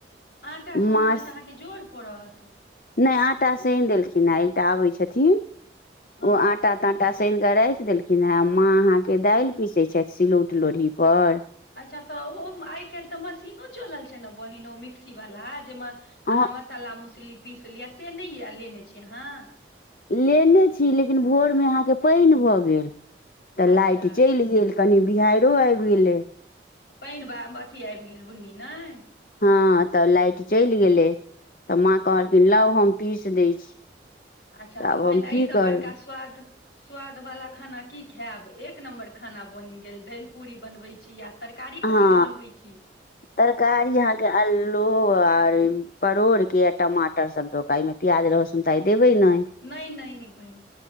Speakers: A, on the left; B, on the left.
A: आटा सनो
B: माँ
A: मे तऽ अहाँके जोर पड़त
B: नहि आटा सेनि देलखिन ह एकटा आबै छथिन ओ
A: हँ
B: आटा ताटा आटा सान कऽ राखि देलखिन हेँ माँ अहाँके दालि पिसैत छथि सिलौट लोढ़ीपर
A: अच्छा तऽ ओ आइ काल्हि तऽ मशीनो चलल छै ने बहिन ओ मिक्सी वालला जाहिमे
B: अ
A: अहाँ मशी मसाला मसली पीस लिअ से नय ये लेने छी अहाँ
B: लेने छी लेकिन भोर मे अहाँके पानि भऽ गेल तऽ
A: अच्छा
B: लाइट चलि गेल कनि बिहारो आबि गेलै
A: पैन बा अथी आबि गेल बुन्नी नय
B: हँ तऽ लाइट चलि गेलै तऽ माँ कहलखिन लौ हम पीस दै छी
A: अच्छा तऽ
B: आब
A: बहिन
B: हम
A: अई
B: की
A: से
B: करबै
A: बड़का स्वाद स्वाद बाला खाना की खायब एक नम्बर खाना बनि गेल दालि पूरी बनबै छी या तरकारी
B: हँ
A: कथी के बनबै छी
B: तरकारी अहाँ के अलू आर परोड़ के आ टमाटर सब धोका मे प्याज लहसुन तऽ आइ देबै ने
A: नय नय नय बहिन